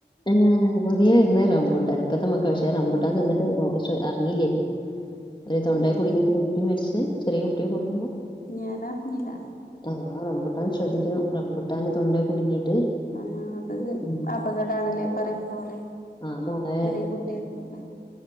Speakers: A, on the left; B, on the left.
A: ഏഹ് പുതിയെ വിര്ന്നാരാവും റംബുട്ടാന് ഇപ്പത്തെ മകക്ക് പക്ഷെ റംബുട്ടാൻ
B: ഉം
A: തിന്നിട്ട് നോ ക്ഷെ അർഞ്ഞില്ലേ ഒരു തൊണ്ടേ
B: ഉം
A: കുടുങ്ങീട്ട് ഒരു കുട്ടി മെരിച്ചെ ചെറീയെ കുട്ടിയേക്ക് കൊട്ക്കും മ്പം
B: ഞാനറിഞ്ഞില്ല
A: അഹ് ആഹ് റംബുട്ടാൻ ശ്രദ്ധിക്കണം റംബുട്ടാന് തൊണ്ടെ കുടുങ്ങിയിട്ട്.
B: ആഹ് അത്
A: ഉം.
B: അപകടാണ് ല്ലേ പറയും പോലെ
A: ആ മോളെ
B: ചെറിയ കുട്ടിയെക്കൊക്കെ.